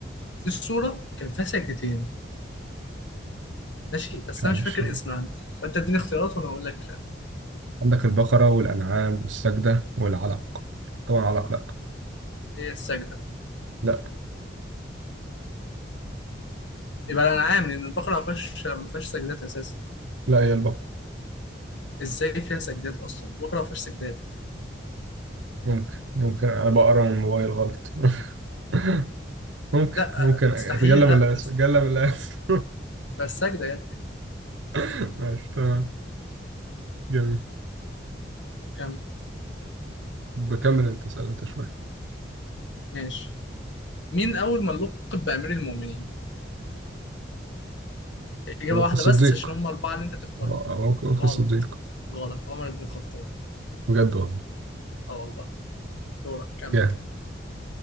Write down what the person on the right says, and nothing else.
مش عارف
مش
عارف.
عندك البقرة والأنعام والسجدة والعلق طبعا علق لا
لا
لا هي البقرة
ممكن ممكن انا بقرا من الموبايل غلط <laughs> ممكن
ممكن
اتجلى من
الاسف
اتجلى من الاسف
<laughs> ماشي تمام جميل
بكمل انت اسال انت شويه
ابو
بكر الصديق
ابو بكر
الصديق
بجد والله
جامد